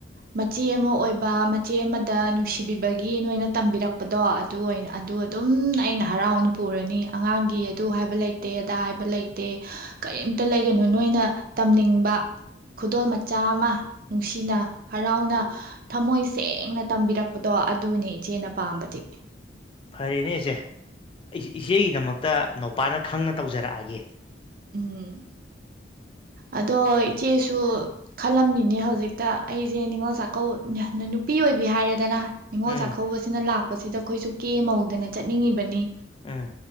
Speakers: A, on the right; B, on the left.
A: ꯃꯆꯦ ꯑꯃ ꯑꯣꯏꯕ ꯃꯆꯦ ꯑꯃꯗ ꯅꯨꯡꯁꯤꯕꯤꯕꯒꯤ ꯅꯣꯏꯅ ꯇꯝꯕꯤꯔꯛꯄꯗꯣ ꯑꯗꯨ ꯑꯣꯏꯅ ꯑꯗꯨ ꯑꯗꯨꯝ ꯑꯩꯅ ꯍꯔꯥꯎꯅ ꯄꯨꯔꯅꯤ ꯑꯉꯥꯡꯒꯤ ꯑꯗꯨ ꯍꯥꯏꯕ ꯂꯩꯇꯦ ꯑꯗꯥ ꯍꯥꯏꯕ ꯂꯩꯇꯦ ꯀꯔꯤꯝꯇ ꯂꯩꯒꯅꯨ ꯅꯣꯏꯅ ꯇꯝꯅꯤꯡꯕ ꯈꯨꯗꯣꯜ ꯃꯆꯥ ꯑꯃ ꯅꯨꯡꯁꯤꯅ ꯍꯔꯥꯎꯅ ꯊꯃꯣꯏ ꯁꯦꯡꯅ ꯇꯝꯕꯤꯔꯛꯄꯗꯣ ꯑꯗꯨꯅꯤ ꯏꯆꯦꯅ ꯄꯥꯝꯕꯗꯤ
B: ꯐꯔꯦꯅꯦ ꯏꯆꯦ ꯑꯩ ꯏꯆꯦꯒꯤꯗꯃꯛꯇ ꯅꯨꯧꯄꯥꯅ ꯈꯪꯅ ꯇꯧꯖꯔꯛꯑꯒꯦ
A: ꯎꯝ ꯑꯗꯣ ꯏꯆꯦꯁꯨ ꯈꯜꯂꯝꯃꯤꯅꯦ ꯍꯧꯖꯤꯛꯇ ꯑꯩꯁꯦ ꯅꯤꯉꯣꯜ ꯆꯥꯛꯀꯧ ꯅꯨꯄꯤ ꯑꯣꯏꯕꯤ ꯍꯥꯏꯔꯦꯗꯅ ꯅꯤꯡꯉꯣ
B: ꯎꯝ
A: ꯆ ꯁꯥꯈꯥꯎ ꯁꯅꯂ ꯁꯤꯗ ꯑꯩꯈꯣꯏꯁꯨ ꯀꯦ ꯍꯧꯧꯗꯅ ꯆꯠꯅꯤꯡꯉꯤꯕꯅꯤ
B: ꯎꯝ